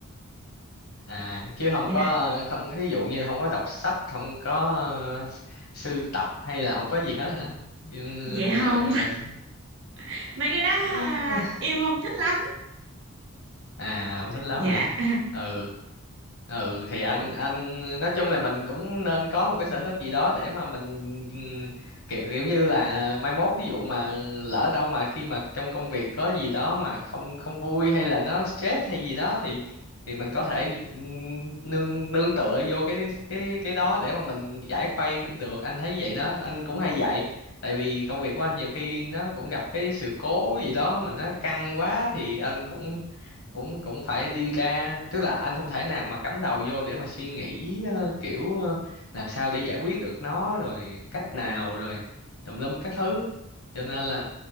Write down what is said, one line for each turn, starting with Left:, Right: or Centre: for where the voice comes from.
Left: à chứ không
Right: dạ
Left: có không ví dụ như không có đọc sách không có ờ, sưu tập hay là không có gì hết hả ừ,
Right: dạ không
Left: rồi rồi
Right: <laughs> mấy cái đó à,
Left: <laughs>
Right: em không thích lắm
Left: à không thích lắm
Right: dạ
Left: hả ừ ừ
Right: <laughs>
Left: thì anh
Right: cũng-
Left: anh nói chung là mình cũng nên có một cái sở thích gì đó để mà mình ừm, kiểu, kiểu như là mai mốt ví dụ mà lỡ đâu mà khi mà trong công việc có gì đó mà không không vui hay là nó stress hay gì đó thì thì mình có thể ừm, nương nương tựa vô cái cái cái đó để mà mình giải khuây cũng được anh thấy vậy đó anh cũng hay vậy tại vì công việc của anh nhiều khi nó cũng gặp cái sự cố gì đó mà nó căng quá thì anh cũng cũng cũng phải đi ra tức là anh không thể nào mà cắm đầu vô để mà suy nghĩ ờ, kiểu ờ, làm sao để giải quyết được nó rồi cách nào rồi tùm lum các thứ cho nên là